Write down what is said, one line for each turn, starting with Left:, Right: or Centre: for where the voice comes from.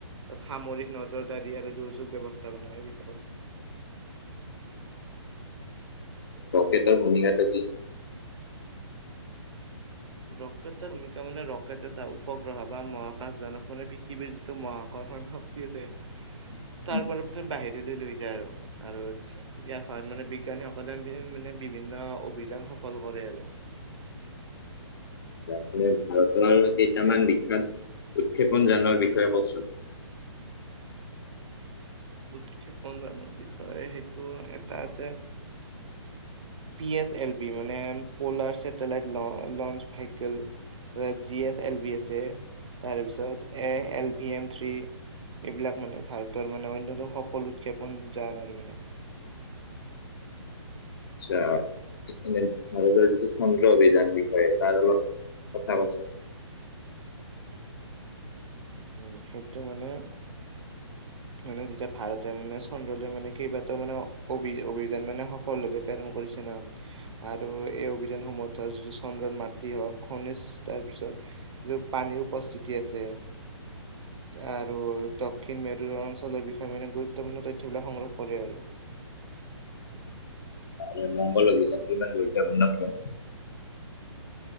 Right: তাত সামৰিক নজৰদাৰী আৰু দুৰ্যোগ ব্যৱস্থাপনা সেই
Left: ৰকেটৰ ভূমিকাটো কি?
Right: ৰকেটৰ ভূমিকা মানে ৰকেটে চা উপগ্ৰহ বা মহাকাশ জনক মানে পৃথিৱীৰ যিটো মহাকৰ্ষণ শ ক্তি আছে
Left: <unintelligible>
Right: তাৰ পৰা প্ৰথম বাহিৰলৈ লৈ যায় আৰু, আৰু ইয়াৰ সহায়ত মানে বিজ্ঞানীসকলে বি মানে বিভিন্ন অভিযান সফল কৰে আৰু।
Left: মানে ভাৰতৰ কেইটামান বিখ্যাত উৎক্ষেপন জানৰ বিষয়ে কছোন?
Right: উৎক্ষেপন জানৰ বিষয়ে সেইটো এটা আছে পি এছ এল বি মানে polar satellite launch vehicle তাপিছত জি এছ এল বি আছে তাৰপিছত এ এল ভি এম থ্ৰী এইবিলাক মানে ভাৰতৰ মানে অন্যতম সফল উৎক্ষেপন যান আৰু মানে।
Left: আচ্ছা, এনে ভাৰতৰ টো চন্দ্ৰ অভিযান বিষয়ে তাৰ অলপ কথা কচোন?
Right: উম সেইটো মানে মানে যেতিয়া ভাৰতে মানে চ ন্দ্ৰলৈ মানে কেইবাটাও মানে অভি অভিযান মানে সফল ভাৱে প্ৰেৰণ কৰিছে না আৰু এই অভিযানসমূহত ধৰ যিটো চন্দ্ৰৰ মাটি হওক খনিজ তাৰপিছত পানীৰ উপস্থিতি আছে। আৰু দক্ষিণ মেৰু অঞ্চলৰ বিষয়ে মানে গুৰুত্বপূৰ্ণ তথ্যবিলাক সংগ্ৰহ কৰে আৰু।
Left: অ মংগল অভিযানটো ইমান গুৰুত্বপূৰ্ণ কিয়?